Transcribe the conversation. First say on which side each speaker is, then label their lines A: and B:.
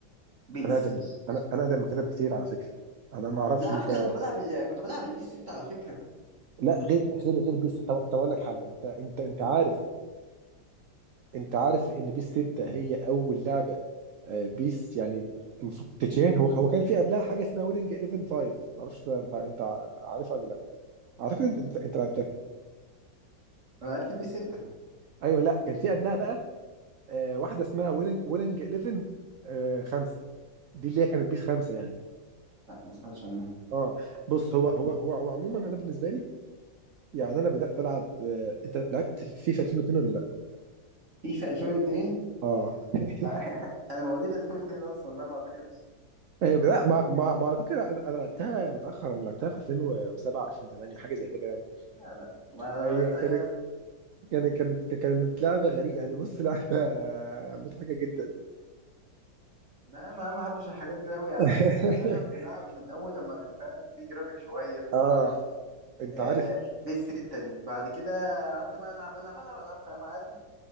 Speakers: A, on the right; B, on the right.
A: بيس
B: انا اقدم انا انا اقدم من كده بكتير على فكرة انا ما اعرفش
A: لا على
B: انت
A: فكرة كنت بلعب ال... كنت بلعب البيس 6 على فكرة
B: لا غير غير غير بيس 6 طب طب اقول لك حاجة انت انت انت عارف انت عارف ان بيس 6 هي اول لعبة آه، بيس يعني المفروض تتشير هو هو كان في قبلها حاجة اسمها ويننج 11 5 ما اعرفش انت انت عارفها ولا لا اعتقد انت انت, انت لعبتها
A: انا عرفت البيس 6
B: ايوه لا كان في قبلها بقى آه واحده اسمها ويننج ويننج 11 آه خمسه دي اللي هي كانت بيس خمسه يعني
A: لا ما سمعتش عنها
B: اه بص هو هو هو, هو عموما انا بالنسبه لي يعني انا بدات العب آه انت لعبت فيفا 2002 ولا لا؟
A: فيفا 2002
B: اه <laughs>
A: <laughs> انا مواليد 2002 اصلا لا ما اعتقدش
B: ايوه لا ما ما, ما على فكره انا انا لعبتها متاخر انا لعبتها في 2007 2008 حاجه زي كده يعني
A: لا لا ما
B: هي
A: ما لعبتها
B: كانت كانت كانت كانت لعبه غريبه يعني بص لعبه مضحكه جدا
A: لا ما ما بحبش الحاجات دي قوي يعني
B: <laughs>
A: بتبقى العب اللعب من اول لما فاهم في جرافيك شويه في حركه
B: اه انت
A: آه
B: عارف
A: دي السته دي بعد كده قعدت بقى العب العب العب العب فاهم عادي